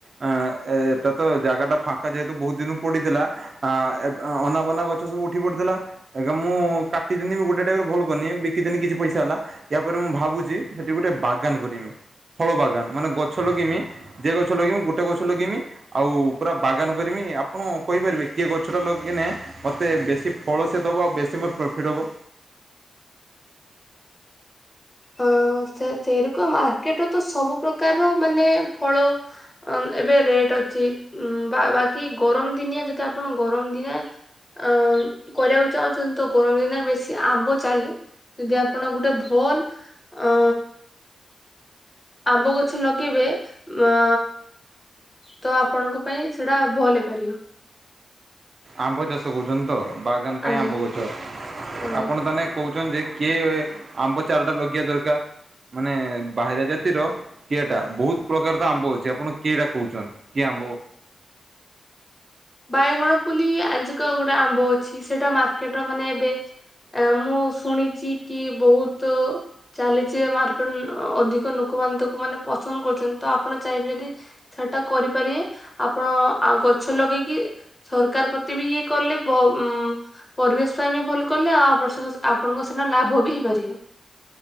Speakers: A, on the right; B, on the left.
A: ଆ ଏଟ ତ ଜାଗା ଟା ଫାଙ୍କା ଯେହେତୁ ବହୁତ ଦିନ ପଡିଥିଲା। ଆ ଅନାବନା ଗଛ ସବୁ ଉଠି ପଡିଥିଲା। ଆଜ୍ଞ ମୁଁ କାଟିଦିନି ବି ଗୋଟେ ଟାଇପରେ ଭଲ କରିନି ବିକିଦିନି କିଛି ପଇସା ହେଲା। ୟା ପରେରେ ମୁଁ ଭାବୁଛି ସେଠି ଗୋଟେ ବାଗାନ କରମି ଫଳ ବାଗାନ ମାନେ ଗଛ ଲଗେଇମି। ଯେ ଗଛ ଲଗେଇମି ଗୋଟେ ଗଛ ଲଗେଇମି। ଆଉ ପୁରା ବାଗାନ କରିମି ଆପଣ କହିପାରିବେ କିଏ ଗଛ ଟା ଲଗେଇନେ ମୋତେ ବେଶୀ ଫଳ ସେ ଦବ ଆଉ ବେଶୀ ମୋର ପ୍ରଫିଟ୍ ହବ
B: ହଁ ସେ ସେରିକ ମାର୍କେଟର ତ ସବୁ ପ୍ରକାରର ମାନେ ଫଳ ଅ ଏବେ ରେଟ୍ ଅଛି ବା ବାକି ଗରମ ଦିନିଆ ଯଦି ଆପଣ ଗରମ ଦିନଆ ଅ କରିବାକୁ ଚାହୁଁଛନ୍ତି ତ ଗରମ ଦିନ ବେଶୀ ଆମ୍ବ ଚାଲେ ଯଦି ଆପଣ ଗୋଟେ ଭଲ ଅ ଆମ୍ବ ଗଛ ଲଗେଇବେ ଅ ତ ଆପଣଙ୍କ ପାଇଁ ସେଇଟା ଭଲ ହେଇପାରିବ।
A: ଆମ୍ବ ଚାଷ କରୁଛନ୍ତି ତ ବାଗାନ ପାଇଁ
B: ଆଜ୍ଞା
A: ଆମ୍ବ ଗଛ
B: ଆଜ୍ଞା।
A: ଆପଣ ତାହାନେ କହୁଛନ୍ତି କିଏ ଆମ୍ବ ଚାରା ଟା ଲଗେଇବା ଦରକାର ମାନେ ବାହାରା ଜାତିର। କିଏଟା ବହୁତ ପ୍ରକାର ତ ଆମ୍ବ ଅଛି ଆପଣ କିଏଟା କହୁଛନ୍ତି କିଏ ଆମ୍ବ।
B: ବାଇଗଣ ପଲି ଆଜିକ ଗୋଟେ ଆମ୍ବ ଅଛି ସେଇଟା ମାର୍କେଟ ର ମାନେ ଏବେ ଆ ମୁଁ ଶୁଣିଛି କି ବହୁତ ଚାଲିଛି ମାର୍କେଟ ଅଧିକ ଲୋକମାନେ ତାକୁ ମାନେ ପସନ୍ଦ କରୁଛନ୍ତି ତ ଆପଣ ଚାହିଁବେ ଯଦି ସେଟା କରିପାରିବେ ଆପଣ ଆଉ ଗଛ ଲଗେଇକି କି ସରକାର ପ୍ରତି ବି ଇଏ କଲେ ବ ପରିବେଶ ପାଇଁ ବି ଭଲ କଲେ ଆଉ ଆପଣ ଆପଣଙ୍କ ସିନା ଲାଭ ବି ହେଇପାରିବ।